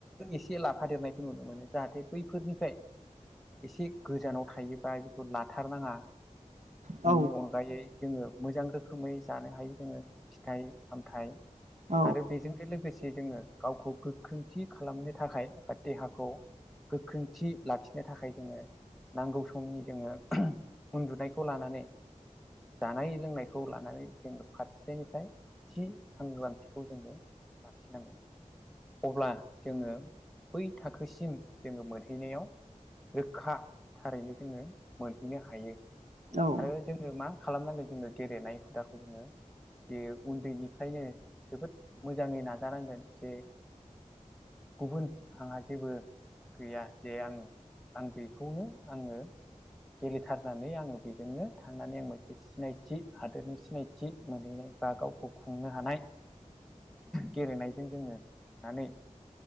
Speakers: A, in the centre; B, on the right (about 65°).
A: एसे लाफादेरनायखौ नुनो मोनो जाहाथे बैफोरनिफ्राय एसे गोजानाव थायोबा बेखौ लाथारनाङा।
B: औ
A: बिनि अनगायै जोङो मोजां रोखोमै जानो हायो जोङो फिथाइ सामथाइ
B: औ
A: आरो बेजोंनो लोगोसे जोङो गावखौ गोख्रोंथि खालामनो थाखाय बा देहाखौ गोख्रोंथि लाखिनो थाखाय जोङो नांगौ समनि जोङो उन्दुनायखौ खौ लानानै जानाय लोंनायखौ लानानै जों फारसेनिफ्राय थि सांग्रांथिखौ जोङो लाखिनांगोन। अब्ला जोङो बै थाखोसिम जोङो मोनहैनायाव रोखा थारैनो जोङो मोनहैनो हायो।
B: औ
A: आरो जोङो मा खालामनांगोन जोङो गेलेनाय हुदाखौ जोङो बे उन्दैनिफ्रायनो जोबोद मोजाङै नाजानांगोन जे गुबुन आंहा जेबो गैया जे आं आं बेखौनो आङो गेलेथारनानै आङो बेजोंनो थांनानै आं मोनसे सिनायथि हादोरनि सिनायथि मोनहैनाय बा गावखौ खुंनो हानाय गेलेनायजों जोङो थांनानै